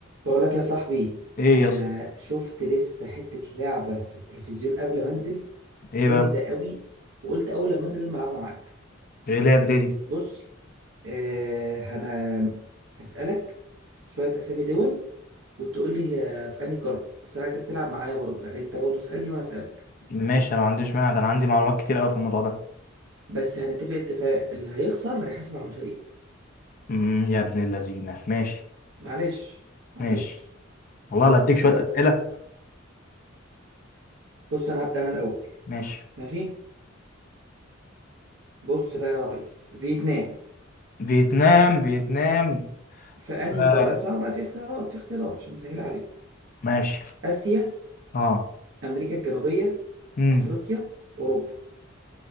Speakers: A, on the right; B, on the left.
A: بقولك يا صاحبي
B: ايه
A: انا
B: يا اسطى
A: شفت لسه حتة لعبة في التلفزيون قبل ما انزل
B: ايه
A: جامدة
B: بقى
A: قوي وقلت اول لما انزل لازم العبها معاك
B: ايه لعبة ايه دي
A: بص آه انا هسألك شوية اسامي دول وتقول لي آه، في انهي قارة بس انا عايزك تلعب معايا برضو يعني انت برضو اسألني وانا اسألك
B: ماشي انا ما عنديش مانع ده انا عندي معلومات كتير قوي في الموضوع ده
A: بس هنتفق اتفاق اللي هيخسر هيحاسب على المشاريب
B: امم يا ابن اللذينه ماشي
A: معلش معلش
B: ماشي والله لا اديك شويه
A: يلا
B: اسئله
A: بص انا هبدأ انا الاول
B: ماشي
A: ماشي بص بقى يا ريس فيتنام
B: فيتنام فيتنام
A: في انهي
B: آه.
A: قاره اسمع بقى في اختيارات في اختيارات عشان اسهل عليك
B: ماشي
A: اسيا
B: اه
A: امريكا الجنوبيه
B: امم
A: افريقيا اوروبا